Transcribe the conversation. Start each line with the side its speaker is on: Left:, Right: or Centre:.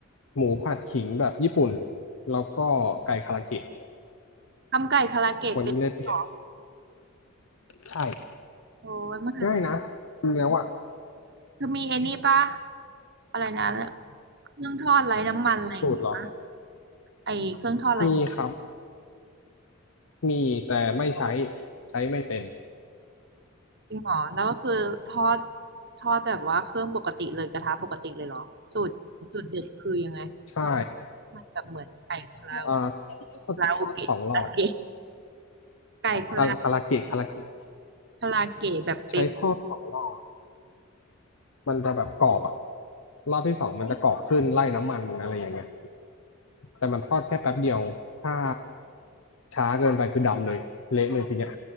Left: หมูผัดขิงแบบญี่ปุ่นแล้วก็ไก่คาราเกะ
Right: ทำไก่คาราเกะเป็นด้วยเหรอ
Left: วันนี้เลยเปลี่ยนใช่
Right: โอ้ยมันอาจจะ
Left: ง่ายนะจริงแล้วอะ
Right: เธอมีไอ้นี่ปะอะไรนะเครื่องทอดไร้น้ำมันอะไรอย่างเงี้ยปะ
Left: สูตรเหรอ
Right: ไอ้เครื่องทอดไร้น้ำมัน
Left: มีครับมีแต่ไม่ใช้ใช้ไม่เป็น
Right: จริงเหรอแล้วก็คือทอดทอดแบบว่าเครื่องปกติเลยกระทะปกติเลยเหรอสูตรสูตรเด็ดคือยังไง
Left: ใช่
Right: มันแบบเหมือนไก่คาราค
Left: อ่า
Right: าราโอเกะคาราเกะ
Left: ทอดสองรอบ
Right: ไก่คารา
Left: คาคาราเกะคาราเกะ
Right: คาราเกะแบบเป๊ะ
Left: ใช้ทอดสองรอบมันจะแบบกรอบอะรอบที่สองมันจะกรอบขึ้นไล่น้ำมันอะไรอย่างเงี้ย แต่มันทอดแค่แป๊บเดียวถ้าช้าเกินไปคือดำเลยเละเลยทีเนี้ย